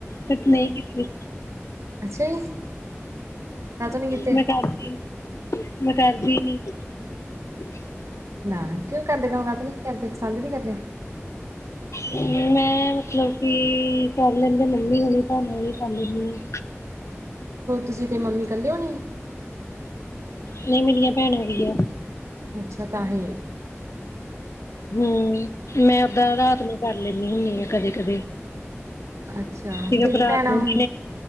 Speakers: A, on the left (about 75°); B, on the right (about 85°).
A: ਤਕ ਨਹੀਂ ਕੀਤੀ।
B: ਅੱਛਾ ਜੀ ਕਾਹਤੋਂ ਨਹੀਂ ਕੀਤੇ
A: ਮੈਂ ਕਾਰਦੀ, <unintelligible> ਮੈਂ ਕਾਰਦੀ ਨੀ। <inaudible>
B: ਨਾ ਕਿਉਂ, ਕਰਦੇ ਕੰਮ <unintelligible> ਨੀ ਕਰਦੇ, ਪਸੰਦ ਨਹੀਂ ਕਰਨੇ?
A: ਹੂੰ ਮੈਂ ਮਤਲਬ ਕਿ ਪ੍ਰਬਲਮ ਦੇ ਮੰਮੀ ਹ ਤੁਹਾਨੂੰ ਹੀ ਕਰ ਲੇਣੀ
B: ਹੋ ਤੁਸੀਂ ਤੇ ਮੰਮੀ ਕੱਲਿਓ ਜੀ
A: ਨਹੀਂ ਮੇਰੀਆਂ ਭੈਣਾਂ ਵੀ ਆ
B: ਅੱਛਾ ਤਾਂ ਹੇ
A: ਹੂੰ ਮੈਂ ਓਦਾਂ ਰਾਤ ਨੂੰ ਕਰ ਲੈਂਦੀ ਹੁੰਦੀ ਆ ਕਦੇ ਕਦੇ
B: ਅੱਛਾ
A: ਸਿਰਫ਼
B: ਤੇ
A: ਰਾਤ
B: ਭੈਣਾਂ
A: ਨੂੰ
B: ਹੁਣ